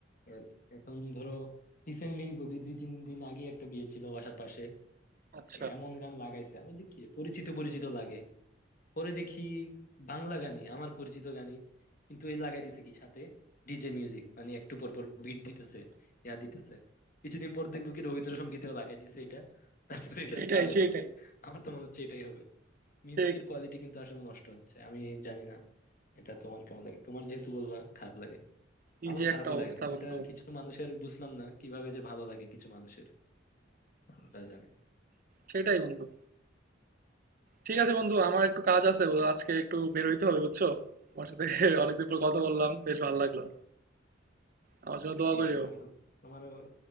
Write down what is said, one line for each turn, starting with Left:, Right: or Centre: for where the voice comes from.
Left: এই আর কি। এখন ধরো রিসেন্টলি বলি দুই তিন দিন আগে একটা বিয়ে ছিল বাসার পাশে
Right: আচ্ছা
Left: এমন গান লাগাইছে আমি বলি কি পরিচিত পরিচিত লাগে পরে দেখি বাংলা গানই আমার পরিচিত গানই কিন্তু এই লাগাই দিছে কি সাথে ডিজে মিউজিক মানে একটু পর পর বিট দিতেছে ইয়া দিতেছে কিছুদিন পর দেখবো কি রবীন্দ্রসঙ্গীতেও লাগাই দিছে এটা তারপরে এটা
Right: সেটাই
Left: চালাইতেছে
Right: সেটাই
Left: আমার তো মনে হচ্ছে এটাই হবে মিউজিকের
Right: সে
Left: কোয়ালিটি কিন্তু আসলে নষ্ট হচ্ছে আমি জানি না এটা তোমার কেমন লাগে তোমার যেহেতু বললা খারাপ লাগে
Right: কি
Left: আমারও
Right: যে
Left: খারাপই
Right: একটা অবস্থা
Left: লাগে কিন্তু
Right: বন্ধু
Left: এটা কিছু মানুষের বুঝলাম না কিভাবে যে ভালো লাগে কিছু মানুষের আল্লাহ জানে
Right: সেটাই বন্ধু ঠিক আছে বন্ধু আমার একটু কাজ আছে ও আজকে একটু বের হইতে হবে বুঝছো তোমার সাথে <laughs> অনেকদিন পর কথা বললাম বেশ ভালো
Left: আচ্ছা
Right: লাগলো আমার জন্য দোয়া
Left: ঠিক
Right: করিও
Left: আছে বন্ধু তোমারও